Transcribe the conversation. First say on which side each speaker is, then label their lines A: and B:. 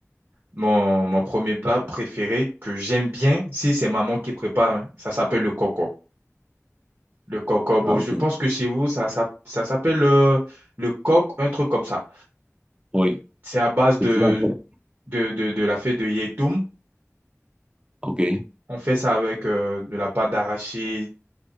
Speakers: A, on the right; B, on the right.
A: Mon, mon premier plat préféré que j'aime bien, si c'est maman qui prépare, hein, ça s'appelle le coco. Le coco,
B: Ah,
A: bon, je
B: ok.
A: pense que chez vous, ça, ça, ça s'appelle euh, le coq, un truc comme ça.
B: Oui,
A: C'est à base de,
B: c'est toujours à faire.
A: de, de, de la feuille de yétoum.
B: Ok.
A: On fait ça avec euh, de la pâte d'arachide,